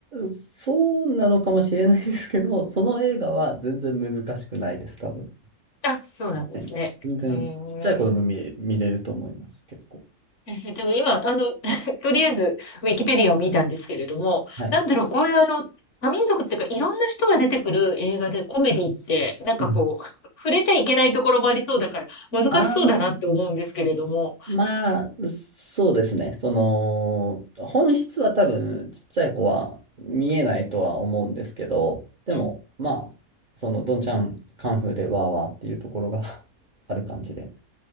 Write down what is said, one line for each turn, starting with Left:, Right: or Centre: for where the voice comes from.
Right: そうなのかもしれないですけど、その映画は全然難しくないです、多分。
Left: あ、そうなんですね。
Right: はい全然ちっちゃい子供見、
Left: うーん。
Right: 見れると思います、結構。
Left: えでも今、あの、<laughs> とりあえず、ウィキペディアを見たんですけれども、
Right: はい。
Left: なんだろう、こういうあの、多民族っていうか、いろんな人が出てくる映画でコメディって、なんかこう、
Right: うん。
Left: <laughs> 触れちゃいけないところもありそうだから、難しそうだなって思うんですけれども。
Right: ああまあ、そうですね。その、本質は多分、ちっちゃい子は見えないとは思うんですけど、でも、
Left: うん。
Right: まあ、その、どんちゃんカンフーでわーわーっていうところが <laughs> ある感じで、